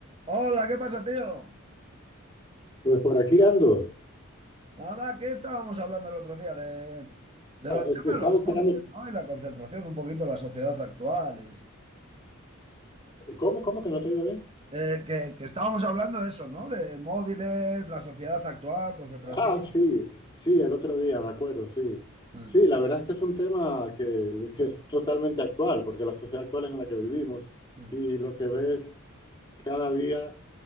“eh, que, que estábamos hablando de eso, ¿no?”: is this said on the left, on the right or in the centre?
Right